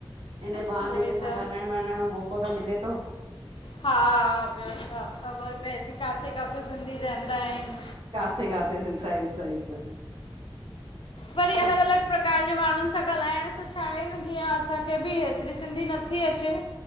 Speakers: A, on the right (about 80°); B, on the left (about 65°).
A: इन बहाने
B: उहो ई
A: केंसां
B: त
A: ॻाल्हाइण मनण जो मौको त मिले तो।
B: हा ॿियो छा ख़बर पए ती काथे काथे सिंधी रहंदा आइन।
A: काथे काथे स सई सई सई
B: वरी अलॻ अलॻ प्रकार जे माणुन सां ॻाल्हाइण सां छा आए‌न जीअं असांखे बि हेतरी सिंधी नथी अचे